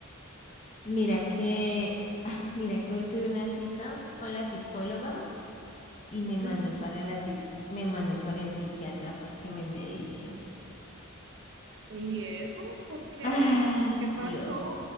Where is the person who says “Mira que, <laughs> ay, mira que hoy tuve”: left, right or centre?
Left